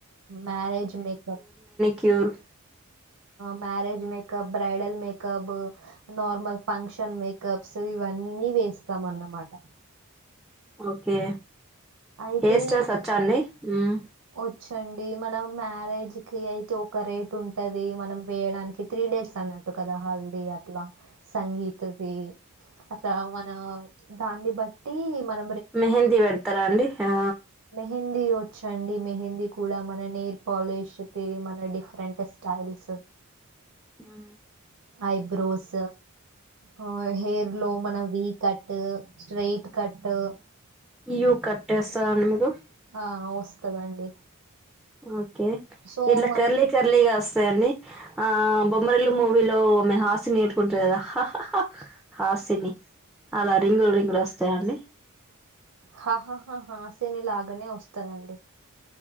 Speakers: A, on the right; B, in the centre.
A: మ్యారేజ్ మేకప్
B: క్యూరు
A: marriage makeup bridal makeup normal function makeup కప్స్ ఇవన్నీ వేస్తాం అన్నమాట
B: ఓకే
A: అయితే
B: హెయిర్ స్టైల్స్ వచ్చా అండి మ్మ్
A: వచ్చండి మనం మ్యారేజ్ కి అయితే ఒక రేట్ ఉంటది మనం వేయడానికి త్రీ డేస్ అన్నట్టు కదా హల్దీ అట్లా సంగీత్ వి అట్లా మన దాన్ని బట్టి మన
B: మెహందీ పెడతారా అండి ఆ
A: హింది వచ్ చండి మెహందీ కూడా మన నెయిల్ పాలిష్ కి మన డిఫరెంట్ స్టైల్స్
B: హు
A: ఐబ్రోస్ ఆ హెయిర్ లో మన వి కట్ స్ట్రైట్ కట్టు
B: యూకట్టెస్ <unintelligible>
A: ఆ వస్తదండి
B: ఓ కే
A: సో
B: ఇట్లా
A: మన
B: కర్లీ కర్లీగా తాయ్ అన్ని ఆ బొమ్మరీల్లు మూవీలో ఆమె హాసిని ఎట్టుకుంటది కదా హా హా హా హాసిని అలా రింగులు రింగులు వస్తాయ అండి
A: హాహాహా హాసిని లాగనే వస్ తాయండి